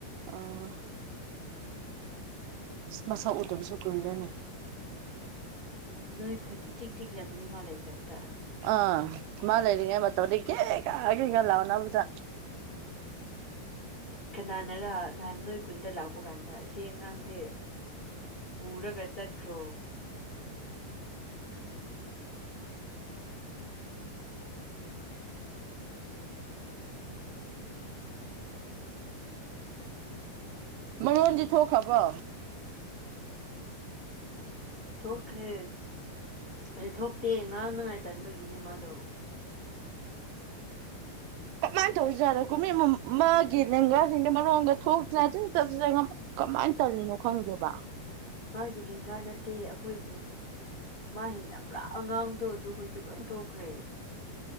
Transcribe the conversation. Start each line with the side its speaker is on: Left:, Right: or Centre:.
Right: ꯑꯣ ꯃꯁꯥꯛ ꯎꯗꯕꯁꯨ ꯀꯨꯏꯔ‌ꯦꯅ‌ꯦ꯫
Left: ꯅꯣꯏ ꯈꯨꯟ ꯏꯆꯤꯛ ꯆꯤꯛꯂꯝꯅꯤ ꯃꯥ ꯂꯩꯇꯕꯗ
Right: ꯑꯥ ꯃꯥ ꯂꯩꯔꯤꯉꯩ ꯃꯇꯝꯗꯤ ꯀꯦ ꯀꯥ ꯀꯩꯒ ꯂꯥꯎꯅꯕꯗ
Left: ꯎꯝ ꯀꯅꯥꯅꯔ ꯅꯍꯥꯟ ꯅꯣꯏ ꯈꯨꯟꯗ ꯂꯥꯛꯄ ꯀꯥꯟꯗ ꯑꯁꯤ ꯑꯉꯥꯡꯁꯦ ꯄꯨꯔꯒ ꯆꯠꯈ꯭ꯔꯣ
Right: ꯃꯔꯣꯟꯗꯤ ꯊꯣꯛꯈ꯭ꯔꯕ꯭ꯔꯣ
Left: ꯊꯣꯛꯈ꯭ꯔꯦ ꯑ ꯊꯣꯛꯇꯦ ꯉꯥꯡꯅꯉꯥꯏ ꯇꯟꯕꯒꯤꯅꯦ ꯃꯥꯗꯣ
Right: ꯀꯃꯥꯏꯅ ꯇꯧꯁꯤꯖꯥꯔꯣ ꯀꯨꯝ ꯃꯥꯒꯤ ꯂꯦꯡꯒꯥꯁꯤꯡ ꯃꯔꯣꯟꯒ ꯊꯣꯛꯇꯅ ꯑꯗꯨꯝ <unintelligible> ꯀꯃꯥꯏꯅ ꯇꯧꯔꯤꯅꯣ ꯈꯪꯗꯦꯕ꯫
Left: ꯃꯥꯒꯤ ꯂꯦꯡꯒꯥ ꯅꯠꯇꯦ ꯑꯩꯈꯣꯏ ꯃꯥ ꯍꯩꯅ ꯄꯨꯔꯥ ꯑꯉꯥꯡꯗꯣ ꯑꯗꯨꯈꯣꯏꯁꯨ ꯂꯣꯏ ꯊꯣꯛꯈ꯭ꯔꯦ